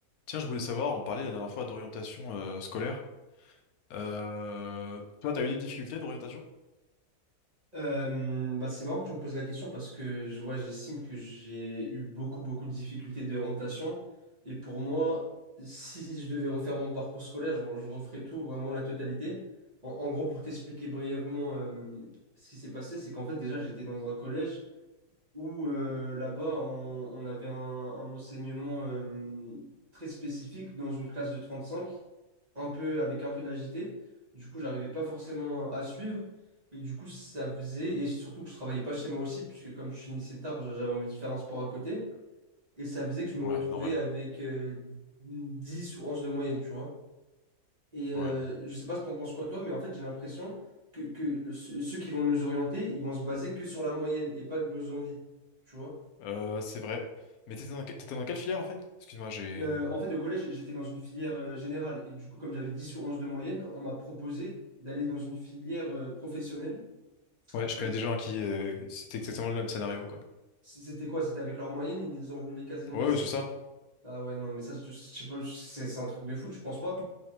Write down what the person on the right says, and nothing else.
Euh, bah c'est marrant que tu me poses la question parce que je vois, j'estime que j'ai eu beaucoup, beaucoup de difficultés d'orientation. Et pour moi, si je devais refaire mon parcours scolaire, je, je referais tout, vraiment la totalité. En, en gros, pour t'expliquer brièvement euh, ce qui s'est passé, c'est qu'en fait, déjà, j'étais dans un collège où euh, là-bas, on, on avait un, un enseignement euh, très spécifique dans une classe de 35 un peu, avec un peu d'agité. Du coup, j'arrivais pas forcément à suivre. Et du coup, ça faisait, et surtout que je travaillais pas chez moi aussi, puisque comme je finissais tard, j'avais envie de faire un sport à côté. Et ça faisait que je me retrouvais
avec euh, 10 ou 11 de moyenne, tu vois. Et euh,
je sais pas ce que t'en penses quoi, toi, mais en fait, j'ai l'impression que, que le- ceux ceux qui vont nous orienter, ils vont se baser que sur la moyenne et pas de nos envies, tu vois.
Euh, en fait, au collège, j'étais dans une filière euh, générale. Et du coup, comme j'avais 10 ou 11 de moyenne, on m'a proposé d'aller dans une filière euh, professionnelle
Parce-
C'était quoi? C'était avec leur moyenne, ils ont voulu les caser dans
des...
Ah ouais, non, mais ça, je je sais pas, je- c'est c'est un truc de fou, tu penses pas?